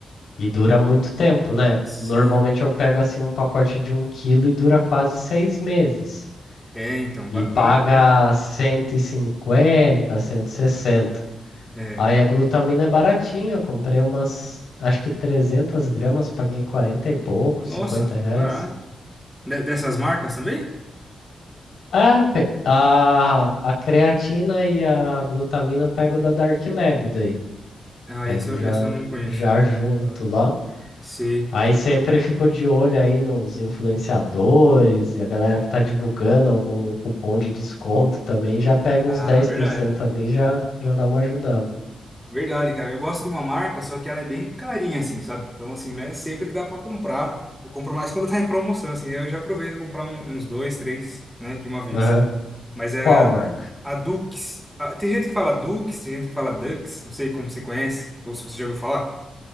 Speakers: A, on the left (about 70°); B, in the centre.
A: E dura muito tempo, né?
B: Sim.
A: Normalmente eu pego assim um pacote de um quilo e dura quase seis meses.
B: É, então,
A: E
B: va-
A: paga
B: vale a pena.
A: cento cento e cinquenta, cento e sessenta.
B: É.
A: Aí a glutamina é baratinha, eu comprei umas, acho que 300 gramas, paguei 40 e pouco,
B: Nossa,
A: 50 reais.
B: barato. De- dessas marcas também?
A: Ah, pe- a, a creatina e a glutamina eu pego da Dark Lab daí.
B: Ah,
A: Pego
B: isso eu,
A: já,
B: esse eu não conheço.
A: já junto
B: Não vou falar.
A: lá.
B: Sim.
A: Aí sempre fico de olho aí nos influenciadores e a galera que tá divulgando algum cupom de desconto também. Já pega uns
B: Ah,
A: dez
B: verdade.
A: por cento ali, já, já dá uma ajudada.
B: Verdade, cara. Eu gosto de uma marca, só que ela é bem carinha, assim, sabe? Então, assim, não é sempre que dá pra comprar. Eu compro mais quando tá em promoção, assim. Eu já aproveito a comprar um- uns dois, três, né, de uma vez.
A: Aham.
B: Mas é
A: Qual
B: a,
A: marca?
B: a Dux. A- tem gente que fala Dukes tem gente que fala Dux. Não sei como você conhece, ou se você já ouviu falar.